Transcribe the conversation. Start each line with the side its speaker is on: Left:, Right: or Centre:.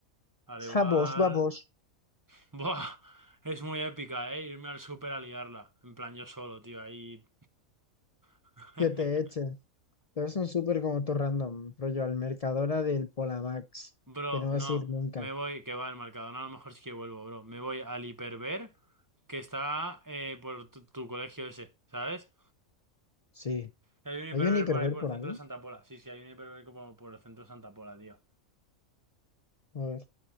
Right: Al igual.
Left: Vamos, vamos.
Right: <laughs> Buah, es muy épica, ¿eh? Irme al súper a liarla. En plan, yo solo, tío, ahí. <laughs>
Left: Que te echen. Pero es un súper como todo random, rollo al Mercadona del Polamax,
Right: Bro,
Left: que no vas
Right: no.
Left: a ir nunca.
Right: Me voy, que va al mercado. No, a lo mejor sí que vuelvo, bro. Me voy al Hiperver, que está eh, por tu, tu colegio ese, ¿sabes?
Left: Sí.
Right: Hay un hiperver
Left: ¿Hay un hiperver
Right: por ahí por
Left: por
Right: el centro
Left: ahí?
Right: de Santa Pola. Sí, sí, hay un hiperver como por el centro de Santa Pola, tío.
Left: A ver.